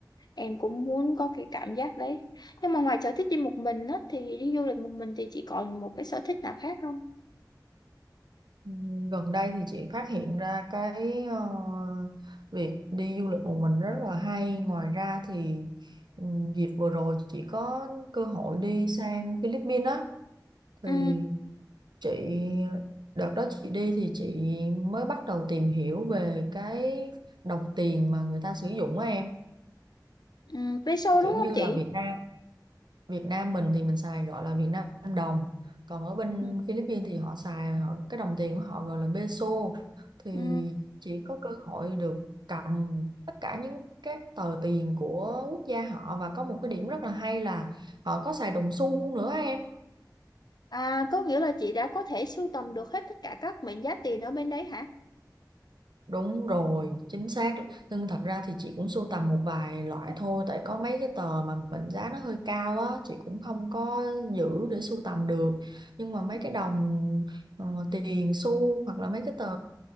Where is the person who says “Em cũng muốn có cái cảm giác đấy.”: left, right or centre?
Left